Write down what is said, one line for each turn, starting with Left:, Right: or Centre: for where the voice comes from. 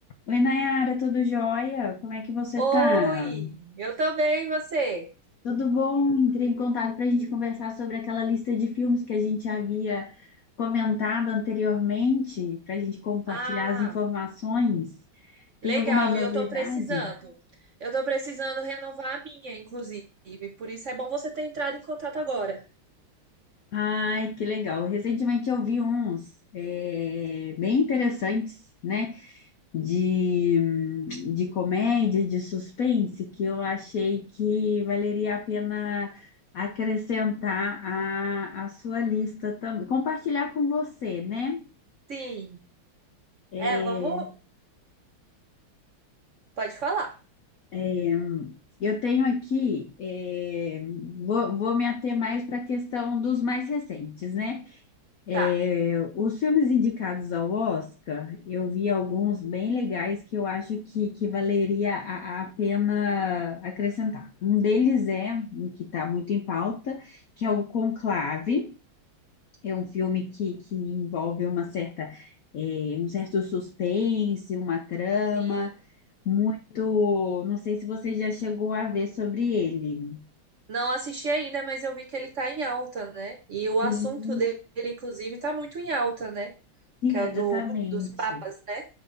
Left: Oi, Nayara, tudo jóia? Como é que você
Right: Oi,
Left: tá?
Right: eu tô bem, e você?
Left: Tudo bom? Entrei em contato para a gente conversar sobre aquela lista de filmes que a gente havia comentado anteriormente, para a gente compartilhar
Right: Ah,
Left: as informações. Tem
Right: legal,
Left: alguma novidade?
Right: e eu tô precisando. Eu tô precisando renovar a minha, inclusive, por isso é bom você ter entrado em contato agora.
Left: Ai, que legal! Recentemente eu vi uns eh, bem interessantes, né? de, de comédia, de suspense, que eu achei que valeria a pena acrescentar à, à sua lista também, compartilhar com você, né?
Right: Sim,
Left: É,
Right: é, vamos, pode falar.
Left: é, eu tenho aqui, é, vou, vou me ater mais para a questão dos mais recentes, né? É,
Right: Tá,
Left: os filmes indicados ao Oscar, eu vi alguns bem legais que eu acho que, que valeria a, a pena acrescentar. Um deles é um que está muito em pauta, que é o Conclave. É um filme que, que envolve uma certa, é, um certo suspense, uma trama,
Right: sim.
Left: muito. Não sei se você já chegou a ver sobre ele.
Right: Não assisti ainda, mas eu vi que ele tá em alta, né? E o
Left: Sim,
Right: assunto dele, inclusive, tá muito em alta, né?
Left: sim,
Right: Que é
Left: exatamente.
Right: o do, dos papas, né?